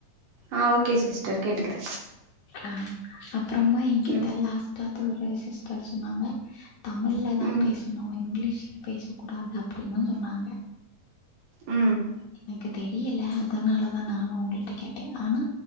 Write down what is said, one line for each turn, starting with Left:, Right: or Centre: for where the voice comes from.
Right: ஆ ஓகே சிஸ்டர் கேட்டுகறே
Left: அ அப்புறமா எகிட்ட
Right: ம்
Left: லாஸ்டா அப்றோ ஒரு சிஸ்டர் சொன்னாங்க தமிழ்லதா
Right: ம்
Left: பேசணு இங்கிலீஷ்ல பேச கூடாது அப்டினு சொன்னாங்க
Right: ம்
Left: எனக்கு தெரியல அதனாலதா நானு உங்கள்ட கேட்டே ஆனா